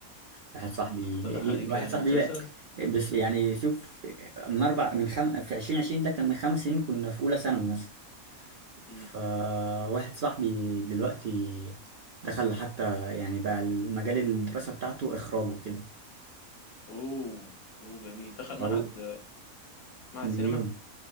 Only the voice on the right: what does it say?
واحد صاحبي
ليه ليه-
واحد
صاحبي
بس يعني شوف من اربع من خم... في عشرين عشرين ده كان من خمس سنين كنا في اولى ثانوي مثلا
فواحد صاحبي دلوقتي دخل حتى يعني بقى المجال الدراسة بتاعته اخراج وكده
فهو
من
يوم